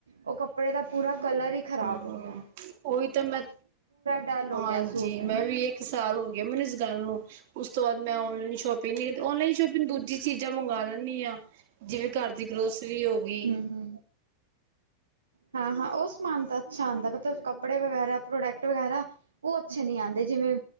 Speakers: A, on the right; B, on the right.
A: ਉਹ ਕੱਪੜੇ ਦਾ ਪੂਰਾ ਕਲਰ ਹੀ ਖਰਾਬ
B: ਹਮ
A: ਹੋ ਗਿਆ।
B: ਉਹੀ ਤਾਂ ਮੈਂ
A: ਡਲ
B: ਹਾਂਜੀ
A: ਹੋ ਗਿਆ ਸੂਟ
B: ਮੈਂ ਵੀ, ਇੱਕ ਸਾਲ ਹੋ ਗਿਆ ਮੈਨੂੰ ਇਸ ਗੱਲ ਨੂੰ ਉਸ ਤੋਂ ਬਾਅਦ ਮੈਂ ਔਨਲਾਈਨ ਸ਼ੋਪਿੰਗ ਨ ਔਨਲਾਈਨ ਸ਼ੋਪਿੰ ਦੂਜੀ ਚੀਜ਼ਾਂ ਮੰਗਾ ਲੈਂਣੀ ਆ, ਜਿਵੇਂ ਘਰ ਦੀ ਗਰੋਸਰੀ ਹੋ ਗਈ
A: ਹੂੰ-ਹੂੰ। ਹਾਂ-ਹਾਂ, ਓ ਸਮਾਨ ਤਾਂ ਅੱਛਾ ਆਂਦੈ ਮਤਲਬ ਕੱਪੜੇ ਵਗੈਰਾ, ਪ੍ਰੋਡਕਟ ਵਗੈਰਾ। ਓ ਅੱਛੇ ਨੀ ਆਦੇ ਜਿਵੇਂ